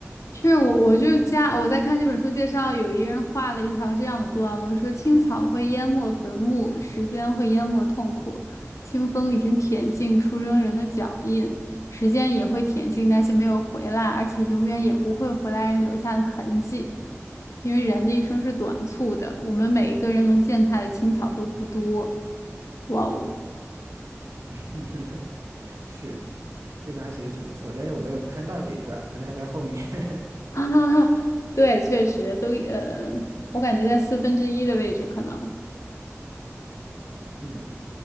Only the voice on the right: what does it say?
<laughs> 是，这段还写的挺不错，但是我没有看到这一段，可能还在后面。<laughs>
嗯，